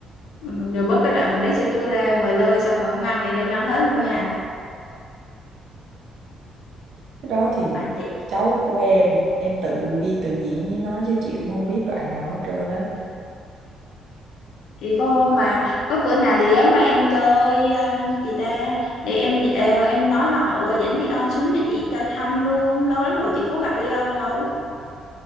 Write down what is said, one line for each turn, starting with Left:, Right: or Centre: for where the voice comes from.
Left: ừ, rồi bớt cái đoạn mà lấy sữa chua ra mời lơi xong rồi ổng ăn thì đem ăn hết luôn nha
Right: cái đó thì
Left: mà chị
Right: cháu của em em tự biên tự diễn với nó chứ chị cũng không biết đoạn nào hết trơn á
Left: thì có mà có bữa nào thì ghé qua em chơi à, chị ta để em ờ, em nói hoa hậu à, dẫn Leon xuống cho chị cho thăm luôn lâu lắm rồi chị có gặp Leon đâu